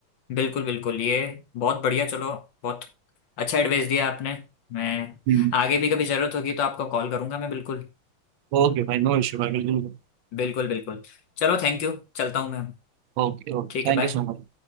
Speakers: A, on the left (about 70°); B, on the right (about 80°).
A: बिल्कुल बिल्कुल ये बहुत बढ़िया चलो बहुत अच्छा एडवाइस दिया आपने मैं
B: है
A: आगे भी कभी ज़रूरत होगी तो आपको कॉल करूंगा मैं बिल्कुल
B: ओके भाई नो इश्यू भाई बिल्कुल
A: बिल्कुल बिल्कुल चलो थैंक यू चलता हूँ मैं
B: Okay okay
A: ठीक है
B: thank
A: बाय
B: you so much